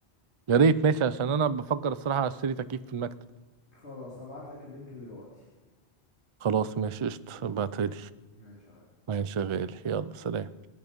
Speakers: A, on the right; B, on the left.
A: يا ريت ماشي عشان انا بفكر الصراحه اشتري تكييف في المكتب
B: خلاص هبعت لك اللينك دلوقتي
A: خلاص ماشي قشطه بعتلي
B: ماشي ماشي يا ريس
A: ماشي يا غالي يلا
B: ماشي
A: سلام